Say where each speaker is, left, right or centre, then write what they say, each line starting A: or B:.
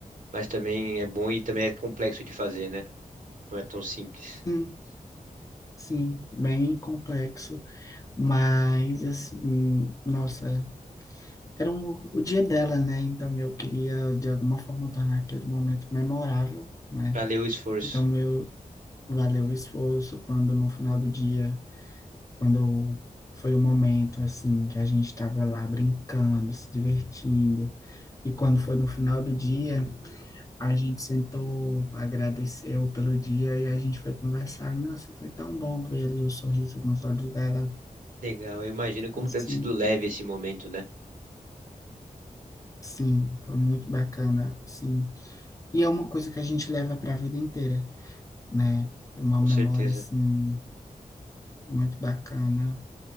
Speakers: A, on the right; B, on the left.
A: mas também é bom e também é complexo de fazer, né? Não é tão simples.
B: Sim, sim, bem complexo, mas assim, nossa, era um- o dia dela, né? Então eu queria de alguma forma tornar aquele momento memorável, né?
A: Valeu o esforço.
B: Então meu valeu o esforço quando no final do dia, quando foi o momento assim que a gente estava lá brincando, se divertindo, e quando foi no final do dia A gente sentou, agradeceu pelo dia e a gente foi conversar. E, Nossa, foi tão bom ver ali o sorriso nos olhos dela.
A: Legal, eu imagino como
B: Assim,
A: deve ter sido leve esse momento, né?
B: sim, foi muito bacana, assim. E é uma coisa que a gente leva para a vida inteira, né? É Uma
A: Com
B: memória
A: certeza.
B: assim muito bacana.